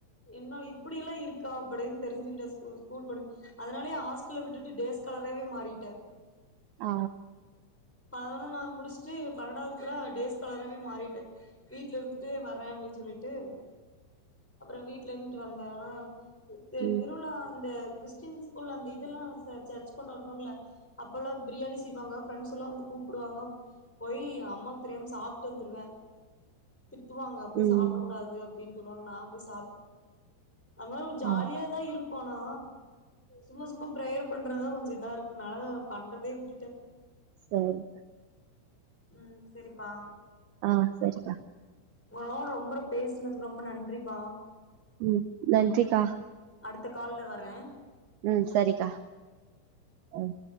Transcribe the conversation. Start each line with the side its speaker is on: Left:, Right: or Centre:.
Centre: இன்னு இப்டியெல்லா இருக்கா அப்டின்னு தெரிஞ்சிக்கிட்டே ஸ்கூல் படி அதனாலயே ஹாஸ்டல்ல விட்டுட்டு டேஸ் காலராவே மாறிட்டே
Right: ஆ
Centre: பதினொன்னாவது முடிச்சுட்டு பன்னெண்டாவதுக்குள்ள டேஸ் காலராவே மாறிட்டே வீட்ல இருந்துட்டே வர்றே அப்டின்னு சொல்லிட்டு அப்பறோ வீட்ல இருந்துட்டு வந்தே ஆனா தே
Right: ம்
Centre: திருவிழா அந்த கிறிஸ்டின் ஸ்கூல்ல அந்த இதெல்லா சர்ச்க்கு கொண்டு வருவாங்கல்ல அப்பெல்லா பிரியாணி செய்வாங்க ஃப்ரெண்ட்ஸ் எல்லா வந்து கூப்டுவாங்க போய் அம்மாக்கு தெரியாம சாப்ட்டு வந்துருவே திட்டுவாங்க போய்
Right: ம்
Centre: சாப்ட கூடாது அப்டின் சொல்வாங்க நா போய் சாப் அதுமாறி ஒரு ஜாலியாதா
Right: ஆ
Centre: இருக் கு ஆனா சும்மா சும்மா பிரேயர் பண்றதுதா கொஞ்சோ இதா இருக்கு நாலா பண்றதே விட்டுட்டே
Right: சாரி
Centre: ம் செரிப்பா
Right: ஆ சரிக்கா
Centre: ஒங்களோட ரொம்ப பேசுனதுக்கு ரொம்ப நன்றிப்பா
Right: ம் நன்றிக்கா
Centre: அடுத்த கால்ல வர்றே
Right: ம் சரிக்கா ம்